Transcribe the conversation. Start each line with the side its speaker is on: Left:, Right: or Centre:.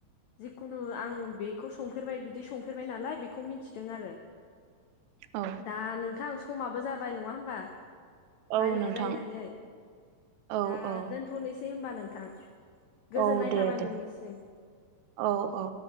Left: जिखुनु आं बेखौ संफेरबाय बिदि संफेरबाय नालाय बेखौ मि मिथिदों आरो
Right: औ
Left: दा नोंथां समाबो जाबा बाय नङा होमबा?
Right: औ
Left: रायलायै
Right: नोंथां
Left: रायलायै
Right: औ
Left: दा
Right: औ
Left: दोनथ'नोसै होनबा नों नोंथां गोजोननाय
Right: औ दे
Left: थाबाय
Right: दे
Left: नोंनिसिम
Right: औ औ